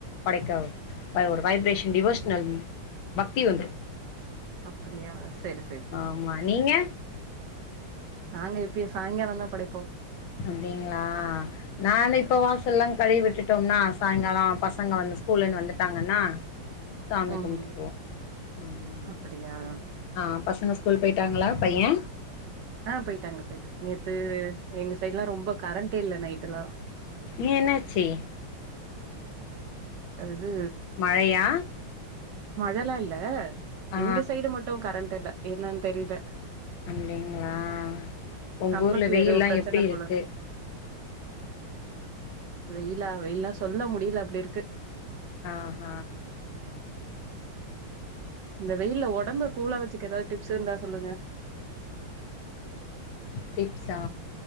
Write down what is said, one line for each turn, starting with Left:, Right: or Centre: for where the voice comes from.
Left: படைக்க ஒரு வைப்ரேஷன் டிவோஷனல் பக்தி வந்துரு
Right: அப்டியா செரி-செரி-செரி
Left: ஆமா நீங்க
Right: நாங்க எப்பயு சாயங்காலந்தா படைப்போ
Left: அப்டிங்ளா நானு இப்ப வாசலல்லா கழுவி விட்டுட்டோம்னா சாயங்கால பசங்க வந்து ஸ்கூல்லந்து வந்துட்டாங்கன்னா சாமி
Right: ம்
Left: கும்ட்ருவோ ம்
Right: அப்படியா
Left: ஆ பசங்க ஸ்கூல் போயிட்டாங்ளா பைய
Right: ஆஹ் போயிட்டாங்க-போயிட்டாங்க நேத்து எங்க சைடுல்லா ரொம்ப கரண்டே இல்ல நைட்டு எல்லா
Left: ஏ என்னாச்சி
Right: இது
Left: மழையா
Right: மழலா இல்ல
Left: ஆ
Right: எங்க சைடு மட்டு கரண்ட் டு இல்ல என்னனு தெரியல
Left: அப்டிங்ளா உங்க
Right: கம்பத்துல
Left: ஊர்ல வெயில்லா
Right: ஏதோ பிரச்சன
Left: எப்டி இருக்கு
Right: போல வெயிலா வெயில்லா சொல்ல முடியல அப்டி இருக்கு
Left: ஆஹ் ஹ
Right: இந்த வெயில்ல உடம்ப கூலா வச்சுக்க ஏதாவது டிப்ஸ் இருந்தா சொல்லுங்க
Left: டிப்ஸா